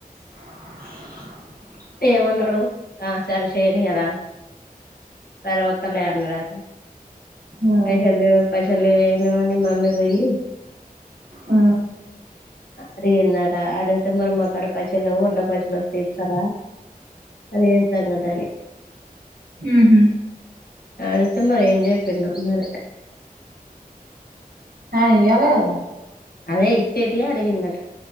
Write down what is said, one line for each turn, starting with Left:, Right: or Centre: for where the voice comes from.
Right: <inaudible>
Left: ఏమన్నాడు ఆ సరే చేయనియారాదు సరే వత్తలే అన్నాడు
Right: ఉమ్
Left: పైసా లేవు పైసా లేవు ఏం లేవానే మమ్మీ పోయి
Right: ఆ
Left: అడిగిన్నారా అడిగితే మరి మాకాడ పైసల్ లేవు పైసలు అస్తే ఇత్తర మరి ఏం సంగతని
Right: ఆహా
Left: అడిగితే మరి ఏం చెప్పిండో మరి
Right: ఆయన ఇయ్యాలె కదా
Left: అదే ఇచ్చేటియే అడిగిండట